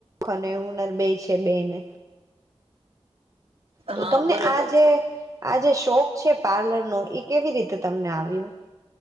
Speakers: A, on the right; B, on the right.
A: અને હુનર બે છે. છે બેને તો
B: હા
A: તમને
B: બરોબર
A: આ જે
B: છે
A: આ જે શોખ છે પાર્લરનો એ કેવી રીતે તમને આવ્યો.